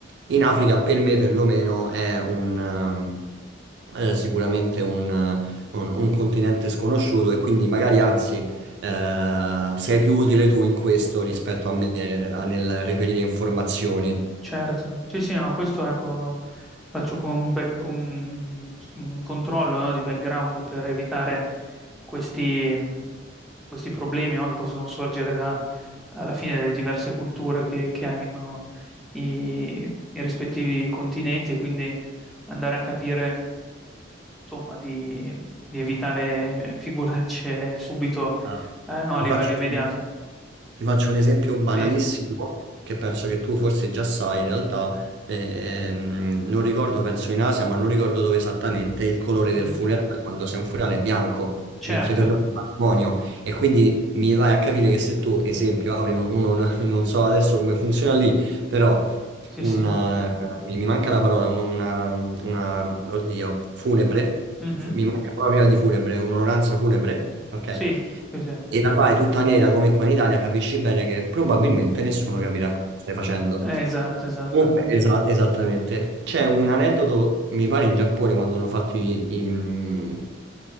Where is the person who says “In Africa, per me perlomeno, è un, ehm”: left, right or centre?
Right